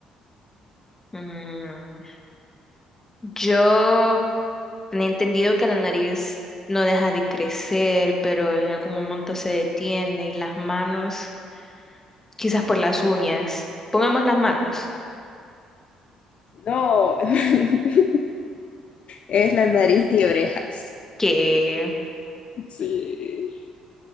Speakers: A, on the left; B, on the left.
A: Mm, yo he entendido que la nariz no deja de crecer, pero en algún momento se detiene y las manos, quizás por las uñas. Pongamos las manos,
B: No, <laughs> es la nariz y orejas.
A: qué
B: Sí.